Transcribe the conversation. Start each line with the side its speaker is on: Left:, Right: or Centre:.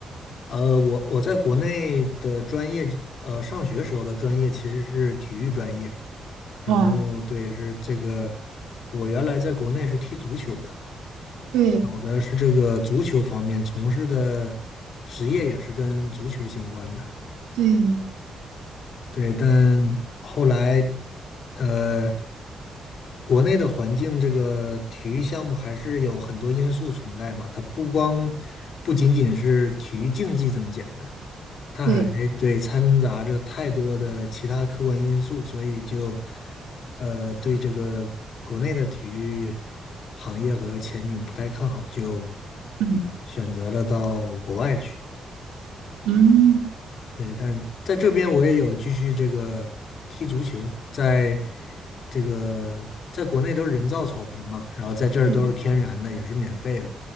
Left: 呃，我我在国内的专业，呃，上学时候的专业其实是体育专业。然后对，
Right: 哇。
Left: 是这个，我原来在国内是踢足球的，
Right: 对
Left: 我的是这个足球方面从事的职业也是跟足球相关的。
Right: 对
Left: 对，但后来，呃，国内的环境，这个体育项目还是有很多因素存在嘛，它不光不仅仅是体育竞技这么简单。它还对掺杂着太多的其他客观因素，
Right: 对，
Left: 所以就呃对这个国内的体育行业和前景不太看好，就
Right: 嗯
Left: 选择了到国外去。
Right: 嗯
Left: 对，但在这边我也有继续这个踢足球，在这个在国内都是人造草坪嘛，然后在这儿都是天然的，
Right: 嗯，
Left: 也是免费的，